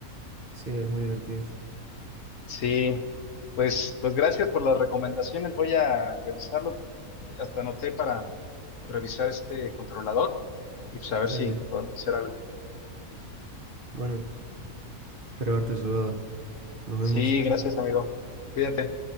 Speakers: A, on the right (about 40°); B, on the left (about 60°).
A: Sí, es muy divertido.
B: Sí, pues, pues gracias por las recomendaciones. Voy a revisarlo. Hasta anoté para revisar este controlador y pues a ver
A: Dale.
B: si podemos hacer algo.
A: Bueno, espero haberte ayudado. Nos vemos.
B: Sí, gracias, amigo. Cuídate.